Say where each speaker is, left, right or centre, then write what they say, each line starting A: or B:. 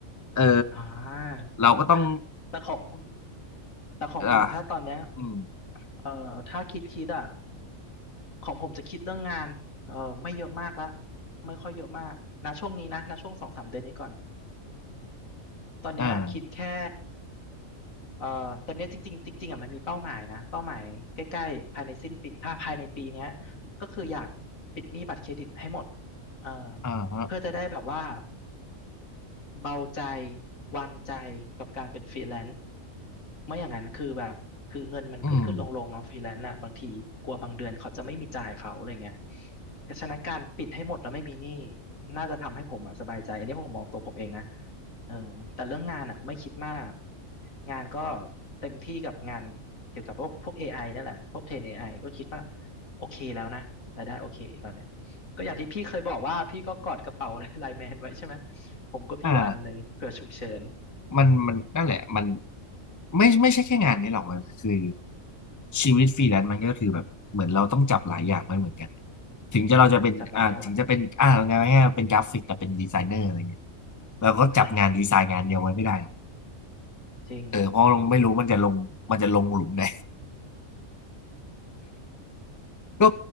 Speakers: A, on the left (about 20°); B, on the left (about 85°).
A: เออ
B: อ่า
A: เราก็ต้อง
B: แต่ของแต่ของผมถ้าตอนเนี้ย
A: อ่าอืม
B: เอ่อถ้าคิดคิดอ่ะ ของผมจะคิดเรื่องงานเออไม่เยอะมากละไม่ค่อยเยอะมากนะช่วงนี้นะนะช่วงสองสามเดือนนี้ก่อนอืมตอนเนี้ยคิดแค่
A: อ่า
B: เออตอนเนี้ยจริงๆจริงๆอ่ะมันมีเป้าหมายนะเป้าหมายใกล้ๆภายในสิ้นปีถ้าภายในปีเนี้ยก็คืออยากปิดหนี้บัตรเครดิตให้หมดเออ
A: อ่าฮะ
B: เพื่อจะได้แบบว่า เบาใจวางใจกับการเป็นฟรีแลนซ์ไม่อย่างนั้นคือแบบคือเงินมันขึ้นขึ้นลงลงเนาะฟรีแลนซ์อ่ะบางทีกลัวบางเดือนเขาจะไม่มีจ่ายเขาอะไรเงี้ย
A: อืม
B: ก็ฉะนั้นการปิดให้หมดแล้วไม่มีหนี้น่าจะทำให้ผมอะสบายใจอันนี้ผมมองตัวผมเองนะเออแต่เรื่องงานอ่ะไม่คิดมากงานก็เต็มที่กับงานเกี่ยวกับพวกพวก AI นั่นแหละพวกเทรน AI ก็คิดว่าโอเคแล้วนะรายได้โอเคตอนเนี้ยก็อย่างที่พี่เคยบอกว่าพี่ก็กอดกระเป๋า <laughs> ไลน์แมนไว้ใช่ไหม ผมก็พี่อยู่อันหนึ่งเผื่อฉุกเฉิน
A: อ่า มันมันนั่นแหละมันไม่ไม่ใช่แค่งานนี้หรอกมันคือชีวิตฟรีแลนซ์มันก็คือแบบเหมือนเราต้องจับหลายอย่างไม่เหมือนกันถึงจะเราจะเป็นอ่าถึงจะเป็นอ่าไงายๆเป็นกราฟิกแต่เป็นดีไซเนอร์อะไรเงี้ย
B: จริงจำได้รยัง่
A: เราก็จับงานดีไซน์งานเดียวไว้ไม่ได้หรอก
B: ฮะจริง
A: เออเพราะเราไม่รู้มันจะลงมันจะลงหลุมไหน <laughs> ก็